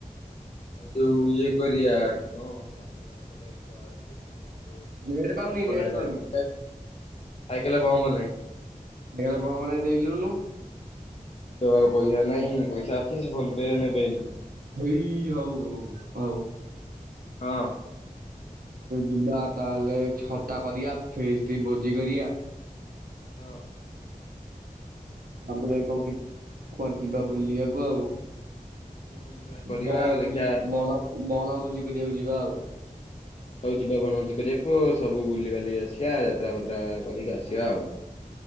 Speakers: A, on the left; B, on the right.
A: ଆଉ ଯୋଉ ଇଏ କରିଆ କଣ ସାଇକଲ ଫାଇକଲ୍ ଥୁଆ ହେଇଛି <unintelligible>
B: ନେଟ୍ ପାଉନି
A: ପମ୍ପ
B: ନେଟ୍
A: ନାହିଁ
B: ପାଉନି
A: ସାଇକଲ୍ ରେ, ସାଇକଲ୍ ରେ ପମ୍ପ ନାହିଁ।
B: ଏକାଥରେ ପମ୍ପ ନାଇଁ ଦେଲୁନୁ।
A: ତ ଆଉ ପଇସା ନାଇଁ, ପଇସା ଅଛି ସେ ଫୋନ ପେ ରେ ନେବେନି।
B: ଏଇ ହଉ ହଉ ହଉ ହଉ।
A: ହଁ।
B: ଯିବା ତାହେଲେ ଛତା କରିଆ ଫିଷ୍ଟ୍ ଭୋଜି କରିଆ
A: ହଁ।
B: ତା ପରେ କୋଉଠିକି କୁଆଡେ ଯିବା ବୁଲିଆକୁ ଆଉ?
A: ହୁଁ ଯା କରିବା
B: ବଣଭୋଜି
A: ଆଉ ଦେଖିବା
B: ବଣ ବଣଭୋଜି କରିବାକୁ ଯିବା ଆଉ।
A: ଆଉ ଯିବା ବଣ ଭୋଜି କରିବାକୁ, ସବୁ ବୁଲିିବାଲି ଆସିଆ ଯାତ୍ରା ଫାତ୍ରା କରିକି ଆସିଆ ଆଉ।